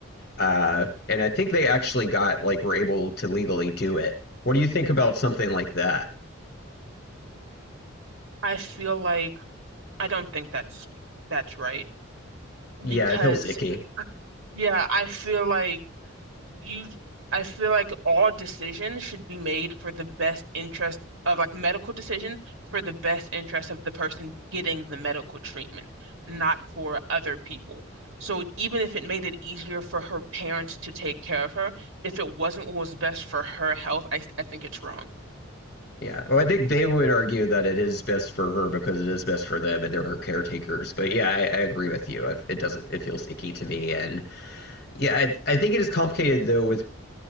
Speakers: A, on the left; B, on the right.
A: uh, and I think they actually got like were able to legally do it. What do you think about something like that?
B: I feel like I don't think that's that's right
A: Yeah,
B: because
A: it feels icky.
B: yeah, I feel like you I feel like all decisions should be made for the best interest of like medical decisions for the best interest of the person getting the medical treatment, not for other people. So even if it made it easier for her parents to take care of her, if it wasn't what was best for her health, I, I think it's wrong.
A: Yeah. Well, I think they would argue that it is best for her because it is best for them and they're her caretakers. But yeah, I, I agree with you. It it doesn't. It feels icky to me. And yeah, I, I think it is complicated though with